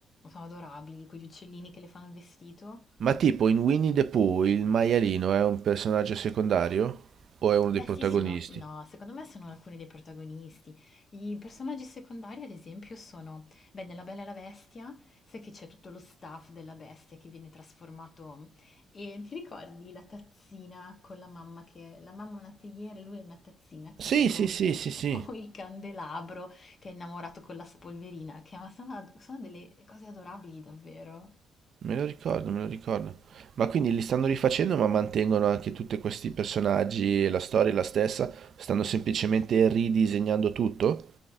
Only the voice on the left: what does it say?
sono adorabili, quegli uccellini che le fanno il vestito.
Beh
sì, sono no, secondo me sono alcuni dei protagonisti. I personaggi secondari, ad esempio, sono, beh, nella Bella e la Bestia, sai che c'è tutto lo staff della bestia che viene trasformato e ti ricordi la tazzina con la mamma che la mamma è una teiera e lui è una tazzina, Chicco?
<laughs> O il candelabro che è innamorato con la spolverina, che ma sono, sono delle cose adorabili davvero.